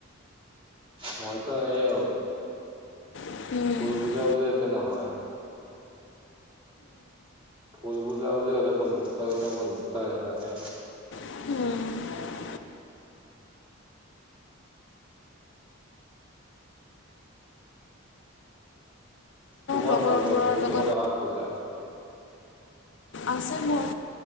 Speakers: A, on the right; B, on the left.
A: মইতো সেয়ে
B: ভাবা
A: ভুল বুজা-বুজি যাতে নহয়। ভুল বুজা-বুজি হ'লে বন্ধুত্ব কেতিয়াও বন্ধুত্ব হৈ নাথাকে।
B: উম।
A: তোমাৰ
B: লগৰবোৰৰ
A: ভাল বন্ধু বুলি
B: লগত
A: কলে কাক বুজা?
B: আছে মোৰ